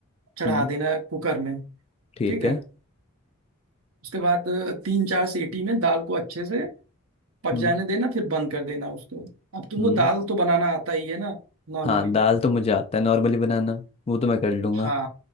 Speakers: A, on the right; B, on the left.
A: चढ़ा
B: हम्म
A: देना है कुकर में
B: ठीक
A: ठीक है
B: है
A: उसके बाद अ, तीन चार सीटी में दाल को अच्छे से पक
B: हम्म
A: जाने देना फिर बंद कर देना उसको अब तुमको
B: हम्म
A: दाल तो बनाना आता ही है ना नॉर्मली
B: हाँ दाल तो मुझे आता है नॉर्मली बनाना वो तो मैं कर लूंगा
A: हाँ